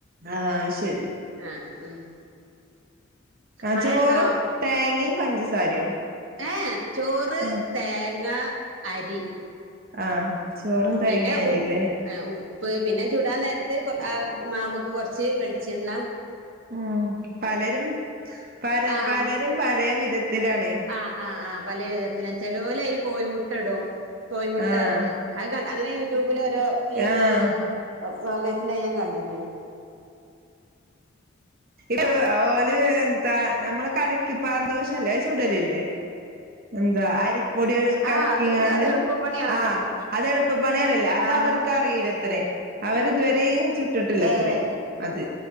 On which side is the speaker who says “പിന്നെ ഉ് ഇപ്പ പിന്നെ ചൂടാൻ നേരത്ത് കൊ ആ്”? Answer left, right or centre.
Right